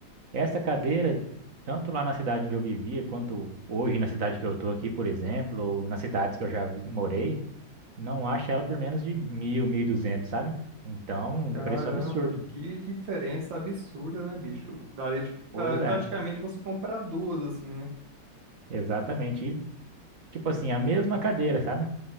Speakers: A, on the right (about 45°); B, on the right (about 70°).
A: Essa cadeira, tanto lá na cidade onde eu vivia, quanto hoje na cidade que eu tô aqui, por exemplo, ou nas cidades que eu já vi- morei, não acho ela por menos de mil, mil e duzentos, sabe? Então,
B: Caramba,
A: um preço absurdo.
B: que diferença absurda, né, bicho? Daria de, pra,
A: Pois
B: praticamente
A: é,
B: você comprar duas, assim, né?
A: exatamente. E, tipo assim, a mesma cadeira, sabe?